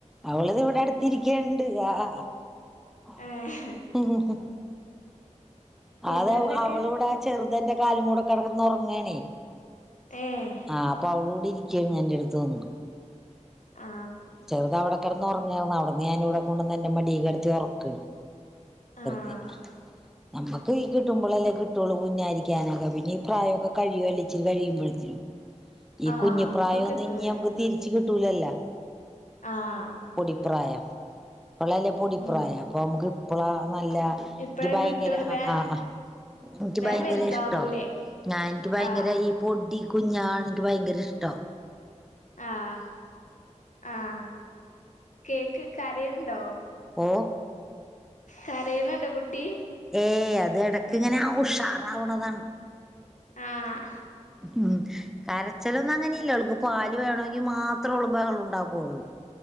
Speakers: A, in the centre; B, on the left.
A: അവള് ഇവിടെ അടുത്തിരിക്കണ്ട് ആ ആ <inaudible>
B: ഏഹ്
A: ഉം ഹ ഹ
B: പിന്നെന്തൊക്കെ
A: അത് അവളുടെ ആ ചെറുത് ഇതെന്റെ കാലമൂടെ കിടന്ന് ഉറങ്ങാണേ
B: ഏഹ്
A: ആഹ് അപ്പൊ അവളൂടി ഇരി- <inaudible> എന്റെ അടുത്ത് വന്നു
B: ആ
A: ചെറുത്അവിടെ കിടന്ന് ഉറങ്ങാർന്നു അവിടെന്ന് ഞാൻ ഇവിടെ കൊണ്ടുവന്ന് എന്റെ മടീ കടത്തി ഉറക്കാണ്
B: ആഹ്
A: ശരി നമ്മുക്ക് ഈ കിട്ടുമ്പോളല്ലേ കിട്ടുള്ളൂ കുഞ്ഞായിരിക്കാനായി പിന്നെ ഈ പ്രായമൊക്കെ കഴിയുവല്ലേ അല്ലച്ചിരി കഴിയുമ്പോഴ് കഴിയുമ്പോഴത്തനും ഈ
B: ആഹ്
A: കുഞ്ഞിപ്രായ
B: ഇപ്പൊ കിട്ടൂലേ
A: ഒന്നും ഇനി നമുക്ക് തിരിച്ചു കി- കിട്ടൂലല്ല
B: ആഹ്
A: കുടിപ്രായ ഇപ്പള്ളല്ലെ പൊടിപ്രായം
B: ഉം
A: അപ്പോൾ നമുക്ക് ഇപ്പളോ നല്ല എനിക്ക്
B: ഇപ്പഴേ
A: ഭയങ്കര
B: കിട്ടുള്ളൂ
A: ആ
B: വേ
A: ആ എനിക്ക്
B: വേം
A: ഭയങ്കര
B: വലുതാവൂലേ
A: ഇഷ്ടാ ഞാൻ എനിക്ക് ഭയങ്കര
B: ആഹ്
A: ഈ പൊടി കുഞ്ഞാണ് എനിക്ക് ഭയങ്കര ഇഷ്ടം
B: ആഹ് ആഹ് കേക്ക് കരയണുണ്ടോ
A: ഓ
B: കരയണുണ്ടോ കുട്ടി
A: ഏ അത് എടക്ക് ഇങ്ങനെ ഉഷാറാവുന്നതാണ്
B: ആഹ്
A: ഉം കര രച്ചിലൊന്നും അങ്ങനെ ഇല്ല അവൾക്ക് പാല് വേണമെങ്കിൽ മാത്രമേ അവൾ ബഹളം ഉണ്ടാക്കുകയുള്ളൂ